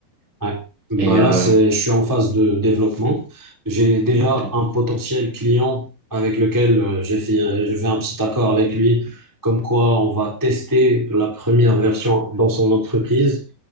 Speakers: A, in the centre; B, on the right.
A: Ouais. Bah
B: Et, euh,
A: là, c'est, je suis en phase de développement.
B: hmm,
A: J'ai déjà
B: ok.
A: un potentiel client avec lequel euh, j'ai fait, j'ai fait un petit accord avec lui, comme quoi on va tester la première version dans son entreprise